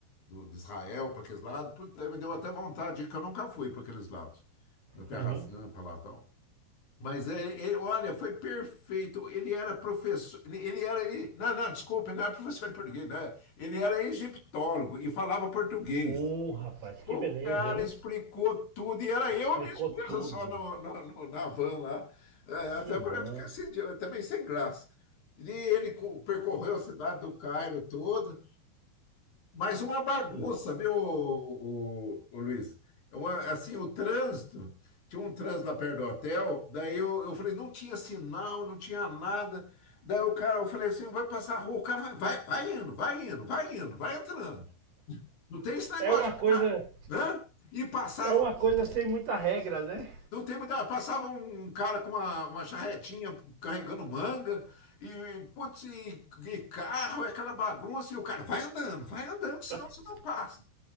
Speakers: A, on the left (about 50°); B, on the right (about 50°).
A: do, de Israel, para aqueles lados. Puta, Me deu até vontade, de ir, que eu nunca fui para aqueles lados, na Terra
B: Aham.
A: Santa lá e tal. Mas é, é- olha, foi perfeito. Ele era professor, ele era, e- não, não, desculpa, ele não era professor de português, né? Ele era egiptólogo e falava português.
B: Uh, rapaz, que
A: O
B: beleza,
A: cara
B: hein?
A: explicou tudo e era eu
B: Explicou
A: e minha esposa
B: tudo.
A: só no, no- no- na van lá. É, até
B: Que bom.
A: para eu ficar sem, também sem graça. E ele co- percorreu a cidade do Cairo toda. Mas uma bagunça,
B: Hum.
A: viu, o, Luiz? É uma- assim, o trânsito, tinha um trânsito lá perto do hotel, daí eu, eu falei, não tinha sinal, não tinha nada. Daí o cara, eu falei assim, vai passar a rua, o cara vai, vai, vai indo, vai indo, vai indo, vai entrando. Não tem esse negócio
B: É uma
A: de ficar,
B: coisa,
A: né? E passava,
B: é uma coisa sem muita regra, né?
A: não tem muita, passava um um cara com uma, uma charretinha carregando manga, e, putz, e, e carro, é aquela bagunça, e o cara vai andando, vai andando, senão
B: <laughs>
A: você não passa.